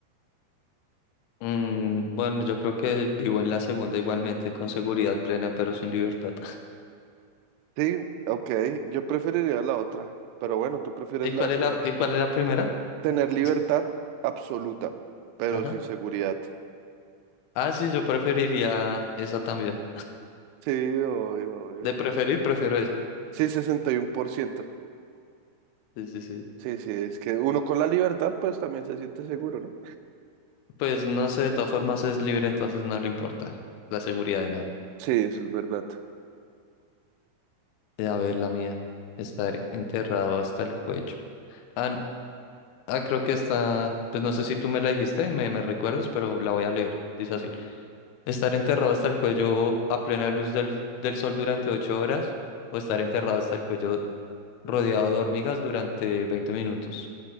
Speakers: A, on the left; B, on the right.
A: Mm, bueno, yo creo que vivo en la segunda igualmente, con seguridad plena, pero sin libertad.
B: Sí, ok, yo preferiría la otra, pero bueno, tú prefieres
A: ¿Y cuál
B: la segunda.
A: es la, y cuál es la primera?
B: Tener libertad
A: Es-
B: absoluta, pero
A: Ajá.
B: sin seguridad.
A: Ah, sí, yo preferiría esa también.
B: Sí, obvio, obvio.
A: De preferir, prefiero esa.
B: Sí, sesenta y uno por ciento
A: Sí, sí, sí.
B: Sí, sí, es que uno con la libertad pues también se siente seguro, ¿no?
A: Pues no sé, de todas formas es libre, entonces no le importa la seguridad de nada.
B: Sí, eso es verdad.
A: Eh, A ver, la mía. Estar enterrado hasta el cuello. Ah, Ah, creo que está, pues no sé si tú me la dijiste, me, me recuerdas, pero la voy a leer. Dice así. Estar enterrado hasta el cuello a plena luz del, del sol durante ocho horas o estar enterrado hasta el cuello rodeado de hormigas durante 20 minutos.